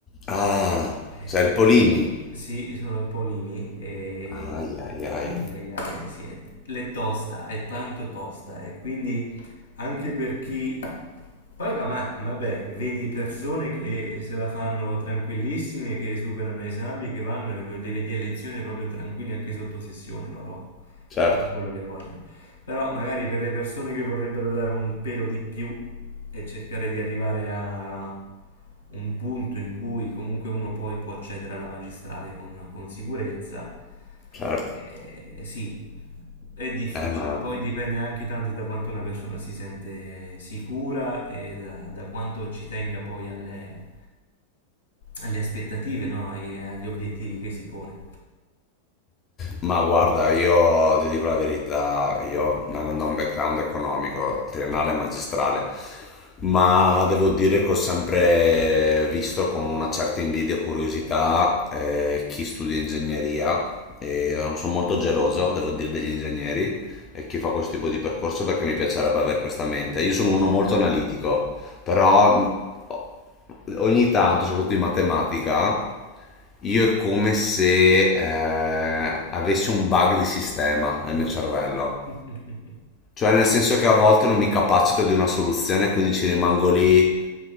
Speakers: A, on the left; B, on the left.
A: Ah, sei
B: e-
A: il Polimi.
B: sì, sono al Polimi e
A: Ai ai ai.
B: ai ai ai, sì, è, l'è tosta, è tanto tosta e quindi anche per chi poi va, ma, vabbè, vedi persone che se la fanno tranquillissime, che superano gli esami, che vanno e le vedi a lezione proprio tranquilli anche sotto sessione, loro fanno
A: Certo,
B: quello che vogliono. Però magari per le persone che vorrebbero dare un pelo di più e cercare di arrivare a un punto in cui comunque uno poi può accedere alla magistrale con, con sicurezza,
A: certo.
B: eh, sì, è difficile.
A: Eh, ma
B: Poi dipende anche tanto da quanto una persona si sente sicura e da, da quanto ci tenga poi alle, alle aspettative, no? Ai- agli obiettivi che si pone.
A: Ma guarda, io ti dico la verità, io non ho un background economico, triennale e magistrale, ma devo dire che ho sempre visto con una certa invidia e curiosità eh, chi studia ingegneria e non sono molto geloso, devo dire, degli ingegneri e chi fa questo tipo di percorso perché mi piacerebbe avere questa mente. Io sono uno molto analitico, però mh, ho ogni tanto, soprattutto in matematica, io è come se eh, avessi un bug di sistema nel
B: <laughs>
A: mio cervello. Cioè, nel senso che a volte non mi capacito di una soluzione, quindi ci rimango lì,